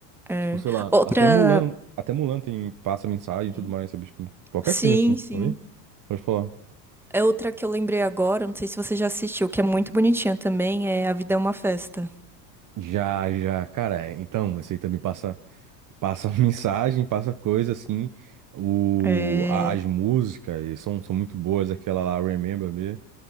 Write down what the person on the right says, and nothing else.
Tipo, sei lá,
até Mulan, até Mulan tem, passa mensagem
e tudo mais, sabe? Tipo, qualquer
filme assim,
oi? Pode falar.
Já, já, cara, então, esse aí também passa, passa <laughs> mensagem, passa coisa assim, o,
a- as músicas são, são muito boas, aquela lá, Remember Me,